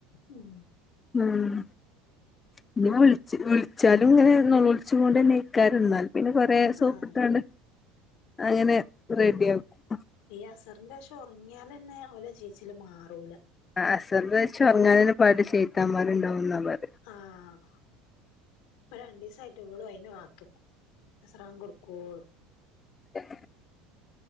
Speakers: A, on the left; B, on the left.
A: ഉം
B: ഉം. പിന്നെ വിൾച്ച് വിൾച്ചാലും ഇങ്ങനെ നൊളോൾച്ചിങ്ങോണ്ടെന്നെയ്ക്കാരം <unintelligible> പിന്നെ കൊറേ സോപ്പ്ട്ടാണ്ട്‌
A: ആഹ്
B: അങ്ങനെ റെഡി ആക്കും.
A: അസർന്റെ ശേഷം. ഒർങ്ങ്യാലെന്നെ ഓല ചീച്ചില് മാറൂല.
B: ആഹ് അസർൻ്റേഷം ഒർങ്ങാനെന്നെ പാടി ഷെയ്താമ്മാര് ണ്ടാവുംന്നാ പറയാ.
A: ആഹ്. ഇപ്പം രണ്ടീസായിട്ട് വളും അയിന് കാത്ത്ക്കും. അസറാങ്കൊട്ക്കോളും.
B: <unintelligible>